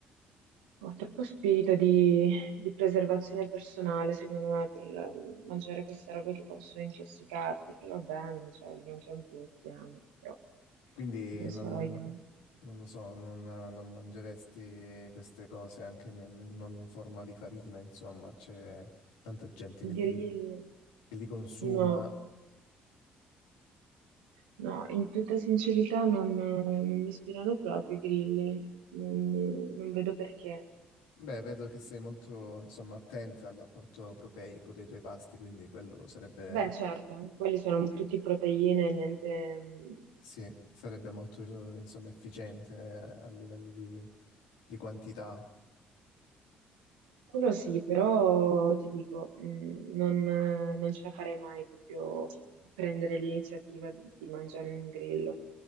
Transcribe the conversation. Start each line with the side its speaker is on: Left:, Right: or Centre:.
Right: Ho troppo spirito di, di preservazione personale, secondo me, per eh, mangiare queste robe che possono intossicarti. Però va bene, cioè, li mangiano tutti, amo, però
Left: Quindi
Right: non
Left: non,
Right: sarò
Left: non-
Right: io.
Left: non lo so, non, non mangeresti queste cose anche ne- non in forma di farina, insomma, c'è tanta gente che
Right: I
Left: li,
Right: grilli,
Left: che li consuma.
Right: no. No, in tutta sincerità non, non mi ispirano proprio i grilli, non, non vedo perché.
Left: Beh, vedo che sei molto, insomma, attenta all'apporto proteico dei tuoi pasti, quindi quello sarebbe,
Right: Beh, certo, quelli sono tutti proteine, niente,
Left: sì, sarebbe molto, insomma, efficiente eh, a livello di, di quantità.
Right: Quello sì, però ti dico, mh, non, eh, non ce la farei mai proprio a prendere l'iniziativa di, di mangiare un grillo.